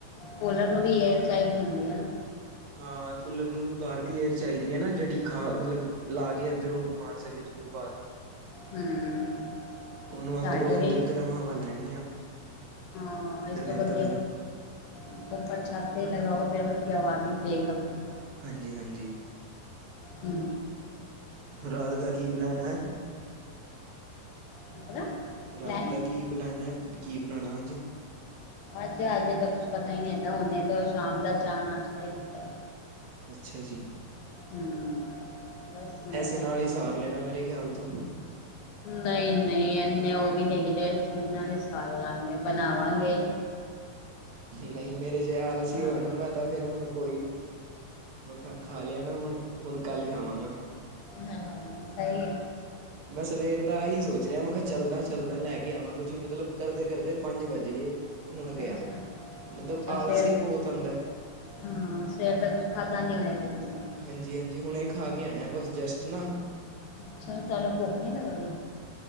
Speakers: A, on the left; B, on the right.
A: ਕੂਲਰ ਨੂੰ ਵੀ ਏਅਰ ਚਾਈਦੀ ਹੁੰਦੀ ਏ ਨਾ।
B: ਹਾਂ ਕੂਲਰ ਨੂੰ ਬਾਰ ਦੀ ਏਅਰ ਚਾਈਦੀ ਏ ਨਾ ਜੇੜੀ ਖਾ ਮਤਲਬ ਲਾ ਕੇ ਏਧਰੋਂ ਮਾਰ ਸਕੇ ਦੂਰ ਬਾਰ ਨੂੰ।
A: ਹਮ
B: ਉਨੂੰ ਅੰਦਰੋਂ
A: ਸਾਡੇ
B: ਅੰਦਰ
A: ਵੀ
B: ਗਰਮ ਹਵਾ ਲੈਣੀ ਆ।
A: ਹਾਂ
B: ਤੇ
A: ਇਸ
B: ਫੇਰ
A: ਤੋਂ ਵਧੀਆ,
B: ਗਰਮ
A: ਉਪਰ-ਉਪਰ ਛੱਤ 'ਤੇ ਲਗਾਓ ਫੇਰ ਵਧੀਆ ਵਾਰੀ ਦੇਗਾ ਫੇਰ।
B: ਹਾਂਜੀ-ਹਾਂਜੀ।
A: ਹੂੰ।
B: ਰਾਤ ਦਾ ਕੀ ਪਲੈਨ ਐ?
A: ਮਤਲਬ।
B: ਰਾਤ
A: ਪਲੈਨ
B: ਦਾ ਕੀ ਬਣਾਨੈ, ਕੀ ਬਣਾਣਾ ਅੱਜ?
A: ਅੱਜ ਹਜੇ ਤਾਂ ਕੁਛ ਪਤਾ ਈ ਨੀ ਹੈਗਾ ਹੁਨੇ ਤੋਂ ਸ਼ਾਮ ਦਾ ਚਾ ਨਾਸ਼ਤਾ ਏ ਪੀਤਾ।
B: ਅੱਛਾ ਜੀ,
A: ਹਮ ਬਸ ਹੁਣੇ
B: ਐਸੇ ਨਾਲ ਈ ਸਾਰ ਲੈਣਾ ਮੇਰੇ ਖਿਆਲ ਤੋਂ।
A: ਨਈ-ਨਈ ਐਨੇ ਓ ਵੀ ਨੀ ਏਗੈ ਜੇੜੇ ਏਸ ਚੀਜ਼ ਨਾਲ ਏ ਸਾਰ ਲਾਂਗੇ, ਬਣਾਵਾਂਗੇ।
B: ਨਈ ਮੇਰੇ ਜੇਆ ਆਲਸੀ
A: ਹਾਂ
B: ਹੋਏ ਨਾ ਮੈਂ ਤਾਂ ਫੇਰ ਮਗਰ ਕੋਈ ਨੀ। ਮਖਾ ਖਾ ਲਿਆ ਨਾ ਹੁਣ, ਹੁਣ ਕੱਲ ਖਾਵਾਂਗਾ।
A: ਹਾਂ ਸਈ ਏ।
B: ਮੈਂ ਸਵੇਰ ਦਾ ਆਹੀ ਸੋਚ ਰੇਆ ਮਖਾਂ ਚੱਲਦਾ-ਚੱਲਦਾ ਲੈ ਕੇ ਆਵਾਂ ਕੁਛ ਮਤਲਬ ਕਰਦੇ-ਕਰਦੇ ਪੰਜ ਵੱਜ ਗੇ। ਹੁਣ ਗਿਆ,
A: ਅੱਛਾ
B: ਮਤਲਬ
A: ਅੱਛਾ
B: ਆਲਸੀ
A: ਸਵੇਰ
B: ਬੋਤ ਆਂਦੈ।
A: ਹਾਂ ਸਵੇਰ ਦਾ ਕੁਛ ਖਾਧਾ ਨੀ ਹੋਇਆ ਕੇ ਤੁਸੀਂ?
B: ਹਾਂਜੀ-ਹਾਂਜੀ ਹੁਣੇ ਖਾ ਕੇ ਆਇਆ ਬਸ ਜਸਟ ਨਾ
A: ਸੁਨੋ ਤੂਆਨੂੰ ਭੁੱਖ ਨੀ ਲੱਗਦੀ?